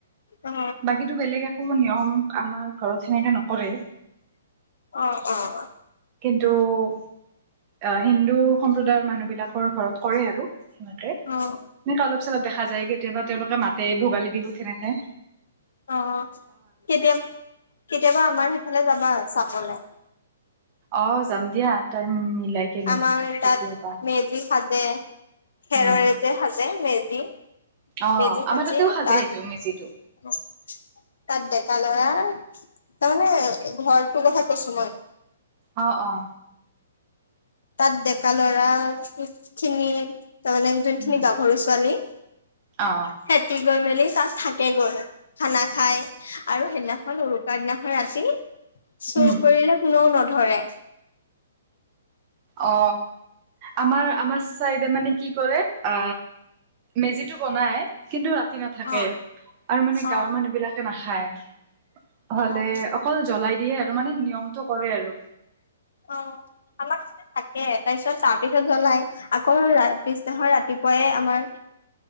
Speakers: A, on the left; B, on the right.
A: অ
B: বাকীতো বেলেগ একো নিয়ম আমাৰ ঘৰত সেনেকে নকৰে।
A: অঁ অঁ।
B: কিন্তু অ, হিন্দু সম্প্ৰদায়ৰ মানুহ বিলাকৰ ঘৰত। কৰে আৰু সেনেকে
A: অ
B: অলপ চলপ দেখা যায় কেতিয়াবা তেওলোকে মাতে ভ ভোগালী বিহু তেনেকে
A: অ, কেতিয় - কেতিয়াবা আমাৰ সেইফালে যাবা চাবলে।
B: অ, যাম দিয়া টাইম। মিলাই কেনে
A: আমাৰ
B: কেতিয়াবা
A: তাত মেজি সাজে খেৰৰে
B: উম
A: যে সাজে মেজি।
B: অ
A: মেজি
B: আমাৰ
A: খাজি
B: তাতেও সাজে
A: তাত
B: সেইটো মেজিটো
A: তাত ডেকা লৰা তাৰমানে ঘৰটো কথা কৈছো মই।
B: অ - অ।
A: তাত ডেকা লৰা খিনি তাৰমানে যোনখিনি
B: উম
A: গাভৰু ছোৱালী
B: অ
A: সেতি গৈ মেলি। তাত থাকে গৈ খানা খাই আৰু সেইদিনাখন উৰুকাৰ দিনাখন ৰাতি চুৰ
B: উম
A: কৰিলে কোনেও নধৰে।
B: অ, আমাৰ - আমাৰ চাইডে মানে কি কৰে আ, মেজ বনাই কিন্তু ৰাতি নাথাকে
A: অ
B: আৰু মানে
A: অ
B: গাৱৰ মানুহ বিলাকে নাখায়।
A: অ
B: হ'লে অকল জ্বলাই দিয়ে আৰু মানে নিয়মটো কৰে আৰু।
A: অ', থাকে তাৰ পিছত তাৰ পিছত জ্বলাই আকৌ পিছদিনা ৰাতিপুৱাই আমাৰ